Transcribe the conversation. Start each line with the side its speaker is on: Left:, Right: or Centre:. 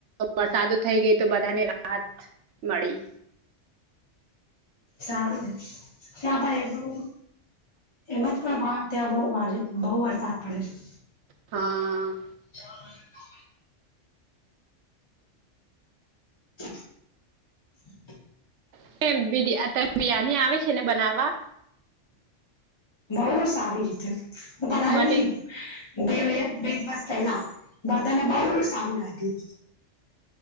Right: વરસાદો થઈ ગઈ તો બધાને રાહત. મળી.
Left: સારું ને ક્યાં ભાઈ એવું. એમજ પણ વા ત્યાં બહુ બહુ વરસાદ પડે છે.
Right: હા.
Left: હા <inaudible> <inaudible>
Right: આ ટાઇપ ની બિરયાની આવે છે ને બનાવવા.
Left: બહુ સારી રીતે હું બનાવેલી
Right: મને
Left: બે બે દિવસ પહેલા બધાને બહુ સારું લાગ્યું.